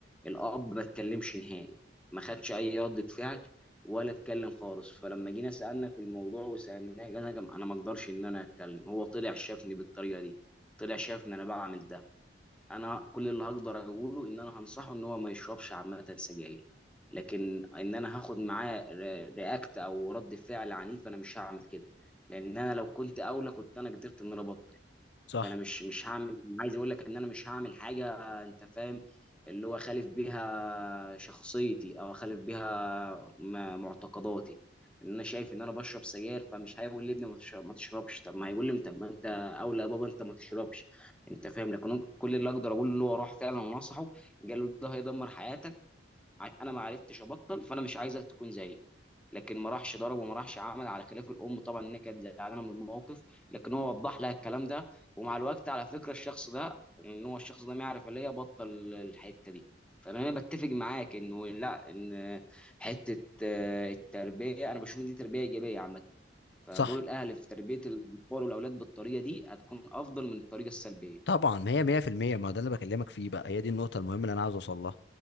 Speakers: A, in the centre; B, on the left.
A: الاب ما اتكلمش نهائي ما خدش اي ردة فعل ولا اتكلم خالص فلما جينا سالنا في الموضوع وسالناه قال انا انا ما اقدرش ان انا اتكلم هو طلع شافني بالطريقه دي طلع شافني انا بعمل ده انا كل اللي هقدر اقوله ان انا هنصحه ان هو ما يشربش عامه سجاير لكن ان انا هاخد معاه ر- رياكت او رد فعل عنيف انا مش هعمل كده لان انا لو كنت اولى كنت انا قدرت ان انا ابطل
B: صح
A: فانا مش مش هعمل عايز اقول لك ان انا مش هعمل حاجه انت فاهم اللي هو خالف بيها شخصيتي او خالف بيها م- معتقداتي ان انا شايف ان انا بشرب سجاير فمش هيقول لي ابني ما تشرب- ما تشربش طب ما هيقول لي طب ما انت اولى يا بابا انت ما تشربش انت فاهم لكن كل اللي اقدر اقول له هو راح فعلا نصحه قال له ده هيدمر حياتك ع- انا ما عرفتش ابطل فانا مش عايزك تكون زيي لكن ما راحش ضرب وما راحش عمل على خلاف الام طبعا انها كانت زعلانه من الموقف لكن هو وضح لها الكلام ده ومع الوقت على فكره الشخص ده ان هو الشخص ده ما يعرف اللي هي بطل الحته دي فانا بتفق معاك انه لا ان حته آه، التربيه انا بشوف ان دي تربيه ايجابيه عامه فدور
B: صح
A: الاهل في تربيه الاطفال والاولاد بالطريقه دي هتكون افضل من الطريقه السلبيه
B: طبعا ما هي 100% ما هو ده اللي بكلمك فيه بقى هي دي النقطة المهمة اللي أنا عاوز أوصل لها